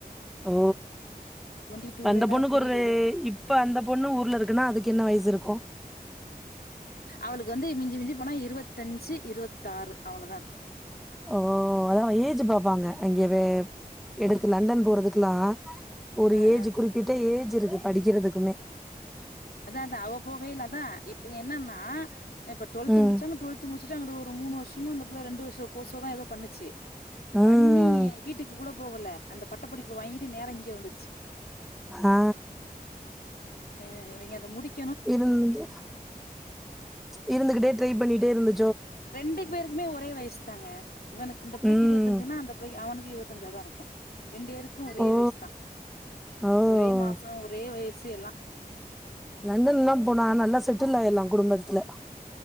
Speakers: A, in the centre; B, on the left.
A: ஓ
B: டுவெண்டி டூலலா
A: அந்த பொண்ணுக்கு
B: கூட்டிட்டு
A: ஒரு இப்
B: ஓடியா
A: இப்ப அந்த பொண்ணு ஊர்ல இருக்குன்னா அதுக்கென்ன வயசு இருக்கு
B: அவளுக்கு வந்து மிஞ்சி மிஞ்சி போனா இருவத்தஞ்சு இருவத்தாறு அவ்ளதா இருக்கு
A: ஓ ஓ அதாவ ஏஜ் பாப்பாங்க அங்கே வெ எடுக்கு லண்டன் போறதுக்குலா ஒரு
B: அ
A: ஏஜ்
B: அ
A: குறிப்பிட்ட ஏஜ் இருக்கு படிக்கிறதுக்குமே
B: அதா அதா அவ போகையில அதா இவங்க என்னன்னா இப்ப டுவெல்த்
A: ம்.
B: முடிச்சாங்க டுவெல் த்து முடிச்சுட்டு அங்கிட்டு ஒரு மூணு வருஷமு அந்த புள்ள ரெண்டு வருஷ கோர்சோ தா எதோ பண்ணுச்சு
A: ம்.
B: பண்ணி வீட்டுக்கு கூட போகல அந்த பட்ட படிப்பு வாங்கிட்டு நேரா இங்க வந்துடுச்சு
A: ஹா
B: அ இவிங்க அத முடிக்
A: இருந்து இருந்துகிட்டே ட்ரை பண்ணிட்டே இருந்து
B: ரெண்டு பேருக்குமே ஒரே வயசுதாங்க இவனுக்கு இந்த பிள்ளைக்கு
A: ம்.
B: இருபத்தஞ்சுன்னா அந்த பிள்ளைக்கு அவனுக்கு இருபத்தஞ்சா தா இருக்கும் ரெண்டு பேருக்கும் ஒரே
A: ஓ!
B: வயசு தா
A: ஓ!
B: ஒரே மாசம் ஒரே வயசு எல்லா
A: லண்டன் லா போனா நல்லா செட்டில் ஆயிர்லா குடும்பத்துல